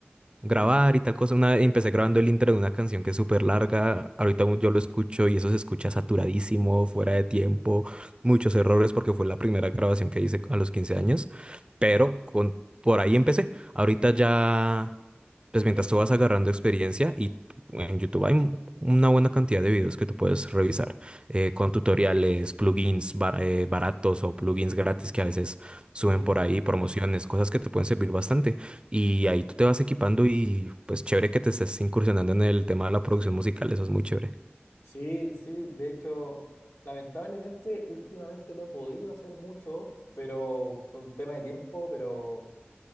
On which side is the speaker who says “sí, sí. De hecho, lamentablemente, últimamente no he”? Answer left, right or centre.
Left